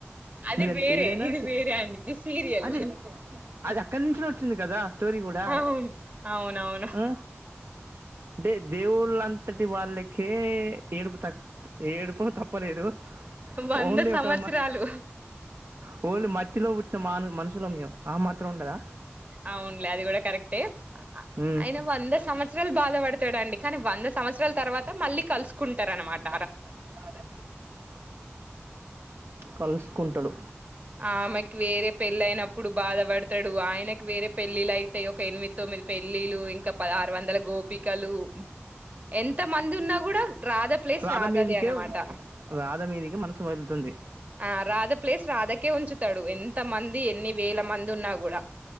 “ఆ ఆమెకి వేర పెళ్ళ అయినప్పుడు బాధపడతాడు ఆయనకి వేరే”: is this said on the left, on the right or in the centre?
Right